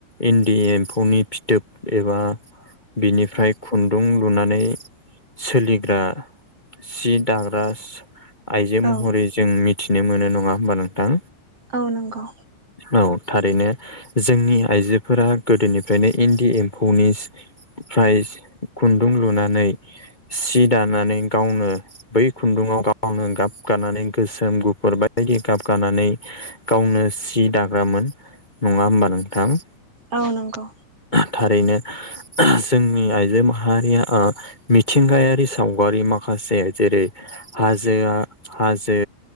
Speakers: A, on the left (about 30°); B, on the right (about 30°).
A: इन्डि एम्फौनि फिथोब एबा बिनिफ्राय खुन्दुं लुनानै सोलिग्रा सि दाग्रास आइजो महरै
B: औ
A: जों मिथिनो मोनो नङा होमबा नोंथां?
B: औ नंगौ।
A: औ थारैनो जोंनि आइजोफोरा गोदोनिफ्रायनो इन्दि एम्फौनिस फ्रायस खुन्दुं लुनानै सि दानानै गावनो बै खुन्दुङाव गावनो गाबगानानै गोसोम गुफुर बबायदि गाबगानानै गावनो सि दाग्रामोन। नङा होमबा नोंथां?
B: औ नोंगौ।
A: थारैनो जोंनि आइजो माहारिया आ मिथिंगायारि सावगारि माखासे जेरै हाजोआ हाजो